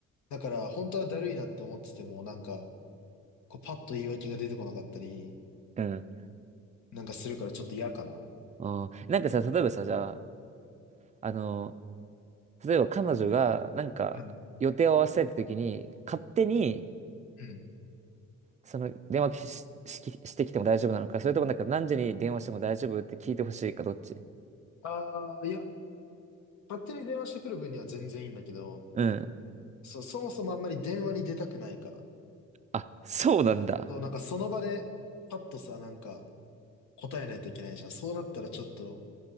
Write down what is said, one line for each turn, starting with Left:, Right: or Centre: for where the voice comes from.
Left: だから、本当はだるいなって思ってても、なんか、こうパッと言い訳が出てこなかったり、
Right: うん。
Left: なんかするからちょっと嫌かな。
Right: あーなんかさ、例えばさ、じゃあ、あの、例えば彼女がなんか予定を合わせたいって時に、
Left: うん。
Right: 勝手に
Left: うん。
Right: その電話し、し、してきても大丈夫なのか、それともなんか何時に電話しても大丈夫って聞いてほしいか、どっち
Left: ああ、いや、勝手に電話してくる分には全然いいんだけど、
Right: うん。
Left: そう、そもそもあんまり電話に出たくないかな
Right: あ、そうなんだ。
Left: そう、なんかその場で、パッとさ、なんか答えないといけないじゃん。そうなったらちょっと、